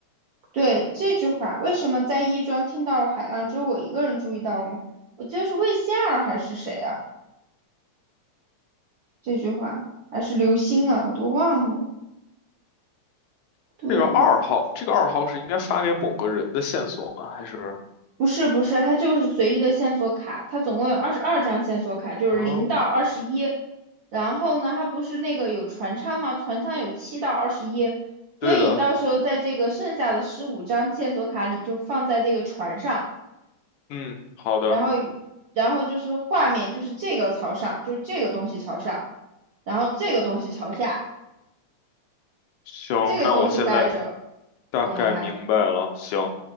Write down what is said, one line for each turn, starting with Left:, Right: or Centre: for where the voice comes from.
Right: 对，这句话，为什么在亦庄听到了海浪，只有我一个人注意到了吗？我记得是魏仙儿还是谁啊？这句话还是刘星啊，我都忘了。对，
Left: 这个二号，这个二号是应该发给某个人的线索吗？还是？
Right: 不是不是，它就是随意的线索卡，它总共有二十二张线索卡，就是零到二十一。
Left: 哦，
Right: 然后呢，它不是那个有船舱吗？船舱有七到二十一，所以你到时候在这个剩下的十五张线索卡里就放在这个船上，
Left: 对的，嗯，好的。
Right: 然后然后就是画面就是这个朝上，就是这个东西朝上，然后这个东西朝下，
Left: 行，
Right: 这个东西盖着，
Left: 那我现在大概明白了。
Right: 懂了吗？
Left: 行，